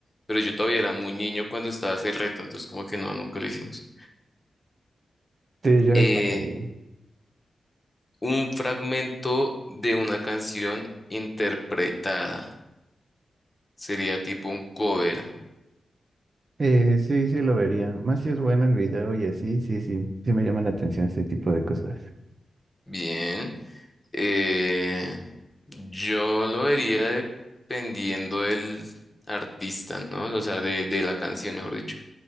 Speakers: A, on the left; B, on the right.
A: pero yo todavía era muy niño cuando estaba ese reto, entonces como que no, nunca lo hicimos.
B: Sí, yo
A: Eh,
B: pasaría.
A: un fragmento de una canción interpretada. Sería tipo un cover.
B: Eh, sí, sí lo vería. Más si es bueno el video y así, sí, sí, sí me llama la atención este tipo de cosas.
A: Bien. Eh, yo lo vería dependiendo del artista, ¿no? O sea, de, de la canción, mejor dicho.